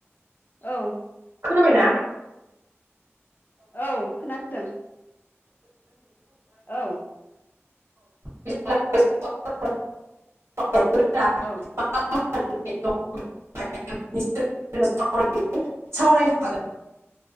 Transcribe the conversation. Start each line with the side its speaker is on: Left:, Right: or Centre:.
Left: औ
Right: खोनाबायना?
Left: औ खोनादों।
Right: <unintelligible> <unintelligible> औ <unintelligible> <unintelligible>
Left: औ
Right: <unintelligible>
Left: औ
Right: सावरायनो हागोन।